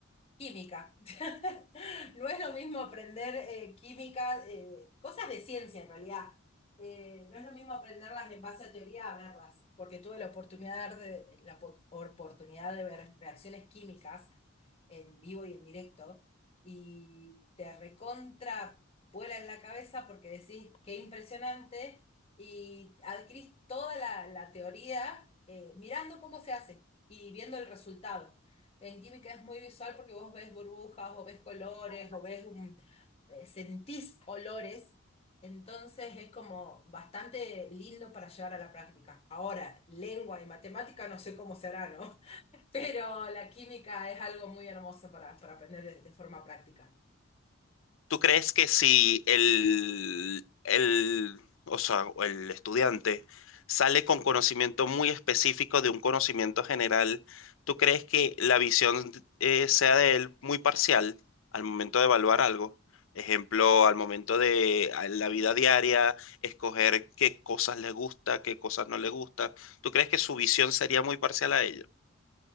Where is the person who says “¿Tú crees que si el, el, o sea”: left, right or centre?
Left